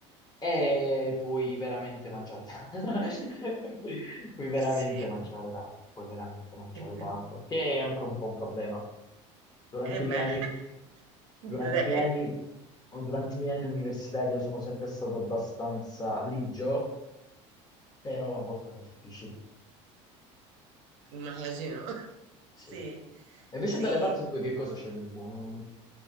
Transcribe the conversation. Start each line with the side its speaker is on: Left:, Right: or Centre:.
Left: eh, puoi veramente mangiare tanto. <laughs> Puoi puoi veramente
Right: Sì.
Left: mangiare tanto, puoi veramente mangiare
Right: <laughs>
Left: tanto, che è anche un po' un problema. Durante
Right: Eh
Left: i miei
Right: beh,
Left: anni,
Right: <laughs>
Left: durante
Right: direi.
Left: i miei anni, durante i miei anni universitari io sono sempre stato abbastanza ligio, però a volte era difficile.
Right: Immagino. <laughs>
Left: Sì.
Right: Sì,
Left: E invece
Right: sì.
Left: dalle parti tue che cosa c'è di buono?